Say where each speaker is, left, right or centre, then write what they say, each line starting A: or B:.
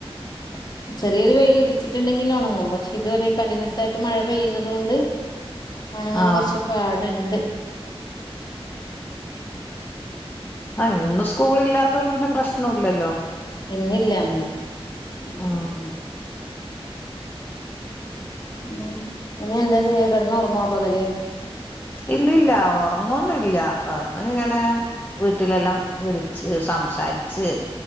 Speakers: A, on the left; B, on the left.
A: <unintelligible> ചെറ്യേരു വെയിൽ ഉദിച്ചിട്ടുണ്ടെങ്കി ന്നെ ഒണങ്ങും പക്ഷെ ഇത്‌ വരെ കണ്ടിന്യൂസ് ആയിട്ട് മഴ പെയ്യുന്നതു കൊണ്ട് ഒണങ്ങാൻ
B: ആ
A: കൊറച്ച് പാട്ണ്ട്
B: ആ ഇന്ന് സ്കൂളില്ലാത്തോണ്ട് പിന്നെ പ്രശ്നൂല്ലല്ലോ.
A: ഇന്നില്ല ഉം
B: ആ
A: ഉ ഇനി എന്താ ചെയ്യ കിടന്ന് ഉറങ്ങോ പകല്
B: ഇല്ലല്ല ഉറങ്ങൊന്നല്ല വേറെന്തെങ്കിലും ഇങ്ങനെ വീട്ടിലെല്ലാം വിളിച്ച് സംസാരിച്ച്